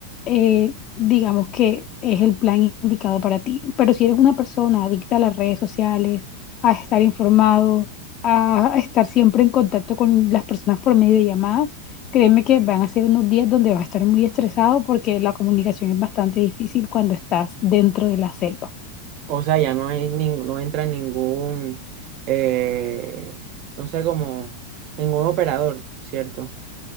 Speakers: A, on the left; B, on the right.
A: eh, digamos que es el plan indicado para ti. Pero si eres una persona adicta a las redes sociales, a estar informado, a estar siempre en contacto con las personas por medio de llamadas, Créeme que van a ser unos días donde vas a estar muy estresado porque la comunicación es bastante difícil cuando estás dentro de la selva.
B: O sea, ya no hay nin- no entra ningún, eh, no sé, como ningún operador, ¿cierto?